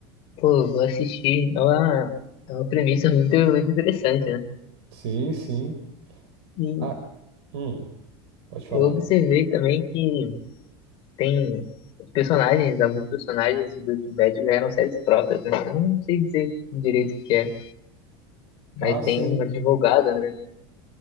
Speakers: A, on the left (about 45°); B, on the right (about 85°).
A: pô, vou assistir. É uma, é uma premissa muito, muito interessante, né?
B: Sim, sim.
A: E
B: Ah, hum, pode falar.
A: eu observei também que Tem os personagens, alguns personagens de Breaking Bad ganharam séries próprias, né? Eu não sei dizer direito o que é, mas
B: Ah, sim.
A: tem uma advogada né?